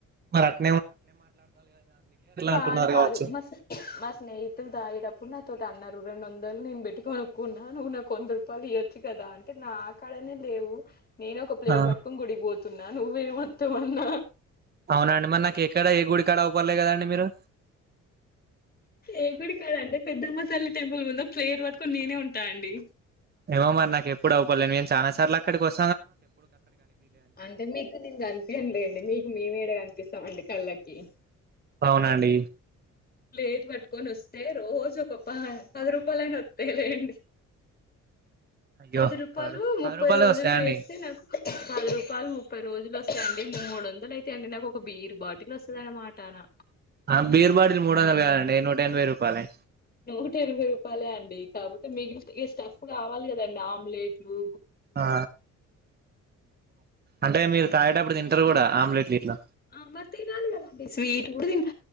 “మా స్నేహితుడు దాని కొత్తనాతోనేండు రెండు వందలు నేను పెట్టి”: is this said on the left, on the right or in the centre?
Left